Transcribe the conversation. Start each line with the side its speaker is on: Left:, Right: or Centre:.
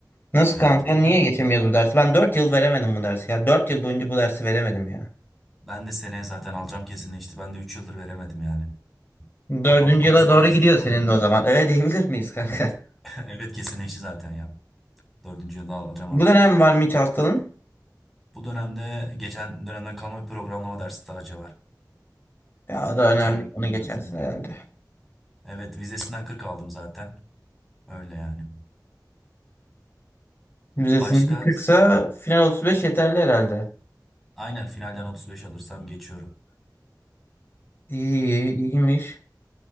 Left: Nasıl
Centre: Evet
Left: kanka?
Centre: bir
Left: Niye
Centre: tür
Left: geçemiyoruz bu dersi? Ben 4 yıl veremedim bu dersi ya. dört yıl boyunca bu dersi veremedim ya.
Centre: ben de seneye zaten alacağım kesinleşti. Ben de 3 yıldır veremedim yani.
Left: Dördüncü
Centre: Toplamda 9
Left: yıla
Centre: tane
Left: doğru
Centre: fizik
Left: gidiyor
Centre: sınavına
Left: senin
Centre: girmiştim.
Left: de o zaman. Öyle diyebilir miyiz kanka? <laughs>
Centre: <laughs> Evet kesinleşti zaten ya. Dördüncü yılda alacağım
Left: Bu
Centre: artık.
Left: dönem var mı hiç hastalığın?
Centre: Bu dönemde geçen dönemden kalma bir programlama dersi daha var.
Left: Ya o da önemli.
Centre: Bir tane okuma
Left: Onu geçersin
Centre: dersim var.
Left: herhalde.
Centre: Evet vizesinden 40 aldım zaten. Öyle yani.
Left: Vizesinde
Centre: Başka
Left: 40'sa final 35 yeterli herhalde.
Centre: aynen finalden 35 alırsam geçiyorum.
Left: İyi, iyiymiş.